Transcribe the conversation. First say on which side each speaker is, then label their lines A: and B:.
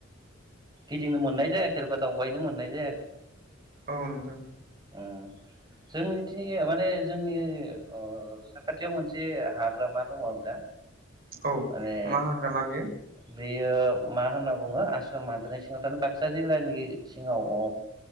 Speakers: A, on the right; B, on the right.
A: गिदिंनो मोननाय जायाखैबा दावबायनो मोननाय जायाखै
B: अ नोंथां
A: ओ जोंनिथि माने जोंनि ओ साखाथियाव मोनसे हाग्रामा दङ नोंथा
B: औ
A: माने
B: मा हाग्रामा बेयो
A: बेयो मा होनना बुङो आसाम हादरनि सिङाव थानाय बाक्सा जिल्लानि सिङाव अ